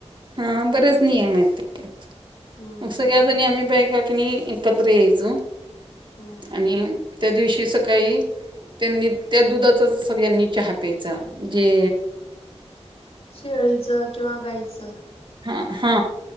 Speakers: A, on the right (about 45°); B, on the left (about 60°).
A: हा बरेच नियम आहेत त्याच्यात
B: हम्म
A: मग सगळ्या जणी आम्ही बाका णी एकत्र यायच
B: हम्म हम्म
A: आणि त्या दिवशी सकाळी त्यांनी त्या दुधाचा सगळ्यांनी चहा प्यायचा जे
B: शेळीचं किंवा गाईचं
A: ह हा